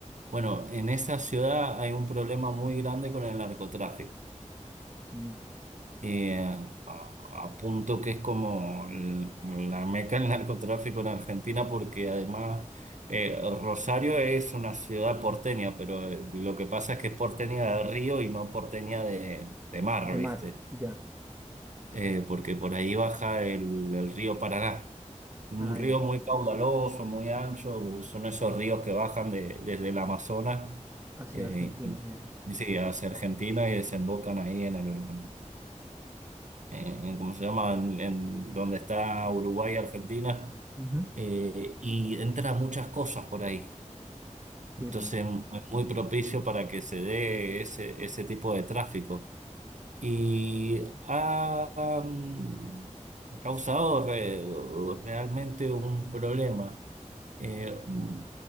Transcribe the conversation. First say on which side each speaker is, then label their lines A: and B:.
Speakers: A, on the right; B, on the right.
A: Bueno, en esa ciudad hay un problema muy grande con el narcotráfico.
B: Mm.
A: eh, a, a punto que es como l- la meca del narcotráfico en Argentina, porque además eh, Rosario es una ciudad porteña, pero eh, lo que pasa es que es porteña de río y no porteña de, de mar,
B: De mar,
A: ¿viste?
B: ya.
A: Eh, porque por ahí baja el, el río Paraná. Un
B: Ah,
A: río
B: ya.
A: muy caudaloso, muy ancho, son esos ríos que bajan de- desde el Amazonas
B: Hacia
A: eh,
B: Argentina,
A: y-
B: ya.
A: y sí, hacia Argentina y desembocan ahí en el, en, en- ¿cómo se llama? En, en donde está Uruguay y Argentina,
B: Ujú.
A: eh, y entra muchas cosas por ahí.
B: Sí,
A: Entonces
B: po.
A: m- es muy propicio para que se dé ese, ese tipo de tráfico. Y ha, mm, ha causado re- realmente un problema. Eh, mm,